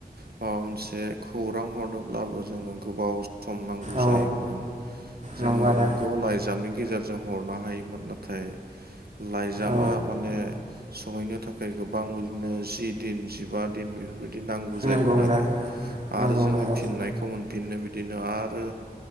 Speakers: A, on the right (about 70°); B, on the right (about 50°).
A: माबा मोनसे खौरां हरनोब्लाबो जोङो गोबाव सम नांगौ
B: औ
A: जायोमोन। जोङो
B: नंगौ आदा
A: नोंगौ लाइजामनि गेजेरजों हरनो हायोमोन नाथाय लाइजामा
B: औ
A: माने सहैनो थाखाय गोबां बिदिनो जि दिन जिबा दिन बेफोरबायदि नांगौ जायोमोन
B: नंगौ आदा
A: आरो।
B: नंगौ
A: आरो जोङो
B: नंगौ
A: फिननायखौ मोनफिननो बिदिनो आरो